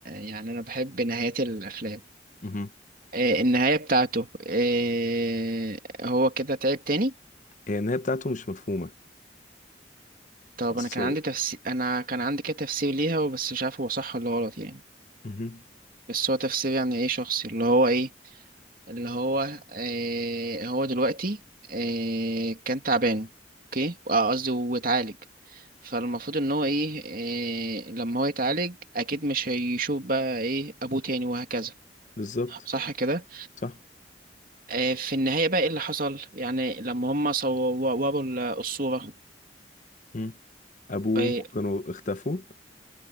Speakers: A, on the right; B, on the left.
A: يعني انا بحب نهايات الافلام
B: مهم.
A: آه النهاية بتاعته آه هو كده تعب تاني
B: هي النهاية بتاعته مش مفهومة
A: طب
B: اصل
A: انا كان عندي تفسير انا كان عندي كده تفسير ليها بس مش عارف هو صح ولا غلط يعني
B: مهم.
A: بس هو تفسير يعني ايه شخصي اللي هو ايه اللي هو آه هو دلوقتي آه كان تعبان اوكي آه، قصدي واتعالج فالمفروض ان هو ايه آه لما هو يتعالج اكيد مش هيشوف بقى ايه ابوه تاني وهكذا
B: بالظبط
A: صح كده
B: صح
A: آه في النهاية بقى ايه اللي حصل يعني لما هم صوروا الصورة
B: مم. ابوه
A: آه،
B: وامه كانوا اختفوا